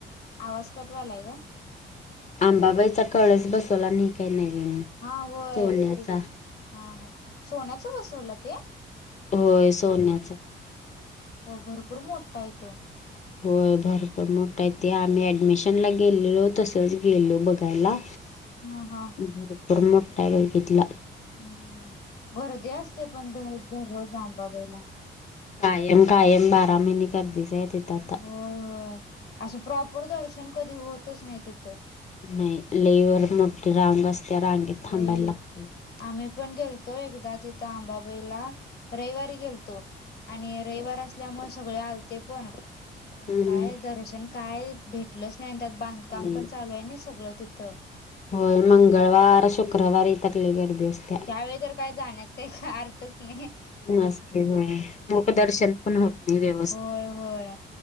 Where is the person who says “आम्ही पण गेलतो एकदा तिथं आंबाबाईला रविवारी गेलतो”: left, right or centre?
Left